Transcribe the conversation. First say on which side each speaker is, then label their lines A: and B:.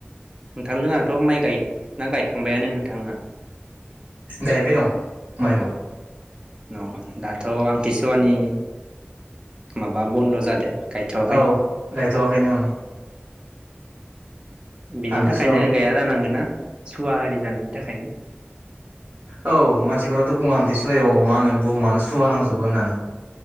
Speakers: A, on the right; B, on the right.
A: नोंथां लोङाथ' माइ गाय ना गायखांबायानो नोंथांहा?
B: गायबाय दं माइखौ
A: अ दाथ' आमथिसुवानि माबा बन्द जादो गायथ'वाखै
B: औ गायथ'वाखैनो औ
A: बिनि
B: आमथिसुवा
A: थाखायनो गाया जानांगोना। सुवा आरि जानायनि थाखाय।
B: औ मानसिफोराथ' बुङो आमथि सुवायाव मा होनो बुहुमानो सुवा नांजोबो होननानै।